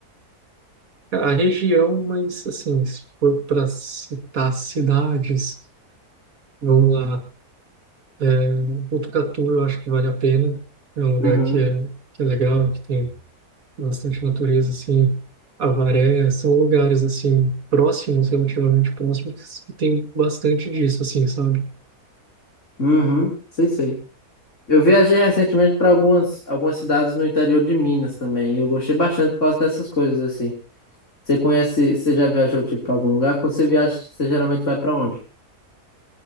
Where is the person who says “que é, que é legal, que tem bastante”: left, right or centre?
Right